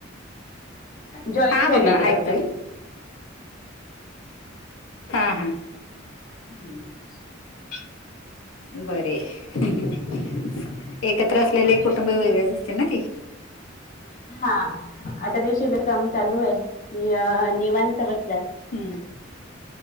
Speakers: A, on the left; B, on the left.
A: जॉईंट
B: हा
A: फॅमिली
B: बोला
A: आहोत
B: ऐकतोय.
A: आम्ही
B: हा हा.
A: हम् <inaudible>
B: बर एकत्र असलेले
A: आता कशी
B: कुटुंब
A: नाही
B: वेगळेच
A: काम करता
B: असते ना ते.
A: हा आता ते शिलाई काम चालू आहे निवांत बसल्यात.
B: हम्म <inaudible>